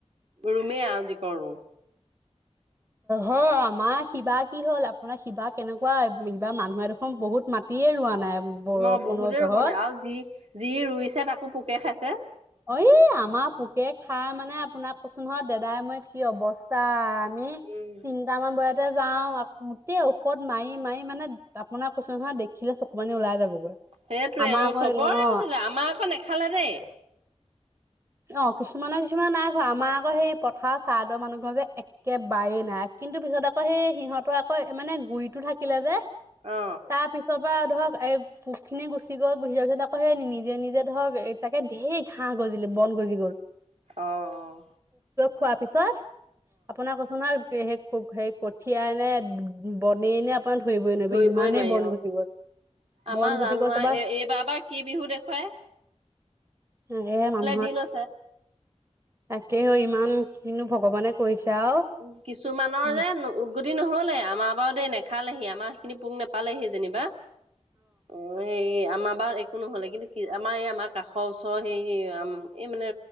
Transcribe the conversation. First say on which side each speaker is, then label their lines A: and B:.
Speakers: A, on the right; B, on the right.
A: ৰুমেই আজি কৰ ৰৰু।
B: হৌ আমাৰ শিবা কি হ'ল আপোনাৰ শিবা কেনেকুৱা কিবাৰ মানুহে দেখোন বহুত মাটিয়ে ৰোৱা নাই। বৰষুণৰ
A: ম বহুতেই
B: জহত
A: ৰুব নাই আৰু যি যি ৰুইছে তাকো পোকে খাইছে।
B: অ' আমাৰ পোকে খাই মানে আপোনাক কছো নহয় দাদাই মই কি অৱস্থা, আমি
A: উম।
B: তিনটামান বজাতে যাও গোটেই ঔষধ মাৰি মাৰি মানে আপোনাক কৈছে নহয় দেখিলে চকু মানি ওলাই যাবগৈ।
A: সেইটোৱে
B: আমাৰ
A: উ
B: আকৌ
A: চবৰে
B: অ
A: হৈছিলে আমাৰক নখালে দেই।
B: অ' কিছুমানৰ কিছুমানে নাই আমাৰ আকৌ সেই পথাৰ চাৰদৰ মানুহ ঘ যে একেবাৰেই নাই। কিন্তু পিছত আকৌ সেই সিহৰ পৰা আকৌ মানে গুৰিতটো থাকিলে যে,
A: অ
B: তাৰ পিছত ৰা ধৰক এ পোক খিনি গুচি গ'ল গুচি যাবছ আকৌ সেই নিজে নিজে ধৰক এ তাকে ধেৰ ঘাঁহ গজিলে। বন গজি গ'ল।
A: আহ।
B: খোৱা পিছত, আপোনাৰ কচোনোন সেই হেৰি কঠিয় নে বন নে ান হৈ বই নোৱাৰবা
A: ধৰিবই
B: ইমানেই
A: নোৱাৰি
B: বন
A: অ।
B: গুচি গ'ল।
A: আমাৰ
B: বন গুচি
A: জানোৱা
B: গ'ল তাৰপা
A: এই এইবাৰ বা কি বিহু দেখুৱাই।
B: হ এ মাম
A: দিলো
B: তাকে হ ইমান কিনো ভগৱানে কৰিছে। আৰু
A: উ কিছুমানৰ
B: উম
A: যে উদগতি নহলে আমাৰ বাৰু দেই নেখালেহি আ আমাৰ স খিনি পোক নাপালেহি যেনিবা, অ' সেই আমাৰ বা একো নহলে কিন্তু কি আমাৰ এই আমাৰ কাষৰ ওচৰৰ হেইম এই মানে